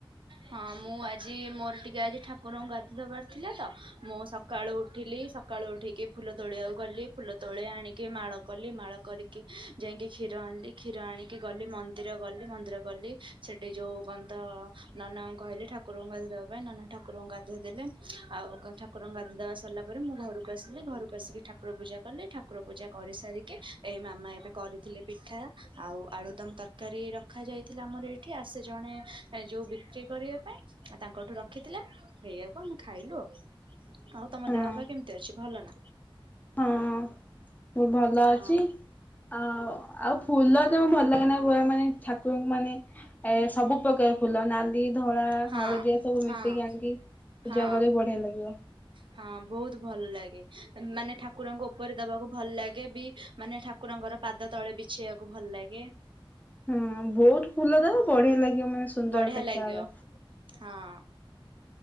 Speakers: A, on the right (about 65°); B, on the left (about 20°).
A: ହଁ ମୁଁ ଆଜି ମୋର ଟିକେ ଆଜି ଠାକୁରଙ୍କୁ ଗାଧେଇ ଦବାର ଥିଲା ତ। ମୁଁ ସକାଳୁ ଉଠିଲି ସ ସକାଳୁ ଉଠିକି ଫୁଲ ତୋଳିଆକୁ ଗଲି ଫୁଲ ତୋଳି ଆଣିକି ମାଳ କଲି ମାଳ କରିକି ଯାଇକି କ୍ଷୀର ଆଣିଲି କ୍ଷୀର ଆଣିକି ଗଲି ମନ୍ଦିର ଗଲି ମନ୍ଦିର ଗଲି ସେଠି ଯୋଉ କଣ ତ ନନାଙ୍କୁ କହିଲେ ଠାକୁରଙ୍କୁ ଗାଧୋଇ ଦେବା ପାଇଁ ନନା ଠାକୁରଙ୍କୁ ଗାଧୋଇ ଦେଲେ ଆଉକଣ ତ ଠାକୁରଙ୍କୁ ଗାଧୋଇ ଦେବା ସାରିଲା ପରେ ମୁଁ ଘରକୁ ଆସିଲି ଘରକୁ ଆସିକି ଠାକୁର ପୂଜା କଲି ଠାକୁର ପୂଜା କରିସାରିକି ଏଇ ମାମା ଏବେ କରି ଥିଲେ ପିଠା ଆଉ ଆଳୁଦମ ତରକାରୀ ରଖା ଯାଇଥିଲା ଆମର ଏଇଠି ଆସେ ଜଣେ ଏ ଯୋଉ ବିକ୍ରି କରିବା ପାଇଁ ତାଙ୍କଠୁ ରଖିଥିଲା। ସେଇୟାକୁ କୁ ଆମେ ଖାଇଲୁ ଆଉ। ଆଉ ତମ
B: ହଁ
A: ଦେହ ପା କେମିତି ଅଛି ଭଲ ନା?
B: ହଁ ମୁଁ ଭଲ
A: ହଁ
B: ଅଛି। ଆଉ ଆଉ ଫୁଲ ତ ଭଲ ଲାଗେ ନା ମାନେ ଠାକୁରଙ୍କୁ ମାନେ ଏ ସବୁ ପ୍ରକାର ଫୁଲ ନାଲି ଧଳା
A: ହଁ
B: ହଳଦିଆ ସବୁ ମିଶେଇକି
A: ହଁ
B: ଆଣିକି ପୂଜା
A: ହଁ
B: କରିବୁ ବଢିଆ ଲାଗିବ।
A: ହଁ ବହୁତ ଭଲ ଲାଗେ। ମାନେ ଠାକୁରଙ୍କ ଉପରେ ଦବାକୁ ଭଲ ଲାଗେ ବି ମାନେ ଠାକୁରଙ୍କର ପାଦ ତଳେ ବିଛେଇବାକୁ ଭଲ ଲାଗେ।
B: <inaudible> ହଁ ବହୁତ ଫୁଲ <unintelligible> ବଢିଆ ଲାଗିବ ମାନେ ସୁନ୍ଦର
A: ବଢିଆ
B: ଦେଖାହବ।
A: ଲାଗିବ ହଁ।